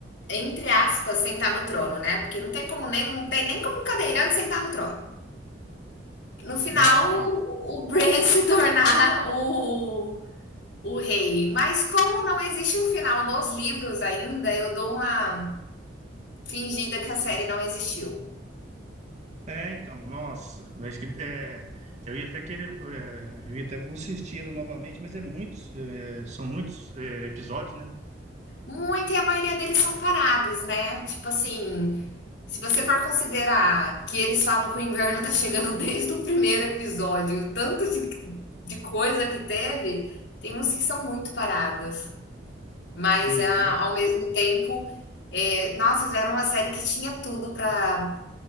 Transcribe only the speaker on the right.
Ah, então.
É, então, nossa. Eu Acho que, é, eu ia até querer. é, eu ia até assistir ela novamente, mas é muitos. é, são muitos é, episódios, né?
Sim,
ver-